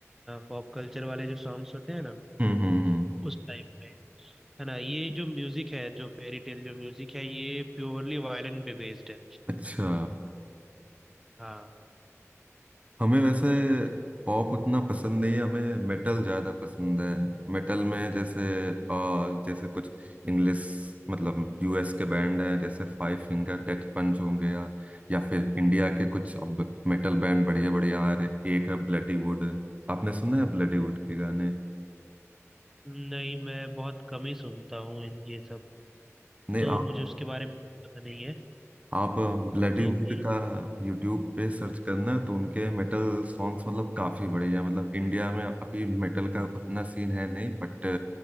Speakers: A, in the centre; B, on the right.
A: फॉक कल्चर वाले जो सॉन्ग्स होते हैं ना
B: हम्म हम्म।
A: उस टाइप पे है ना ये जो म्यूजिक है जो फेरी टेल जो म्यूजिक है ये प्योरली वायलिन पे बेस्ड है
B: अच्छा
A: हाँ
B: हमें वैसे पॉप उतना पसंद नहीं है हमें मेटल ज्यादा पसंद है मेटल में जैसे अ, जैसे कुछ इंग्लिश मतलब यूएस के बैंड हैं जैसे फाइव फिंगर डेथ पंच होंगे या या फिर इंडिया के कुछ अब मेटल बैंड बढ़िया बढ़िया आ रहे हैं एक है ब्लडी वुड आपने सुना है ब्लडी वुड के गाने
A: नहीं मैं बहुत कम ही सुनता हूँ इन- ये सब
B: नहीं
A: तो मुझे उसके बारे में पता नहीं है
B: आप ब्लडी
A: तो
B: वुड
A: ए,
B: का यूट्यूब पे सर्च करना तो उनके मेटल सॉन्ग्स मतलब काफी बढ़िया मतलब इंडिया में अभी मेटल का उतना सीन है नहीं बट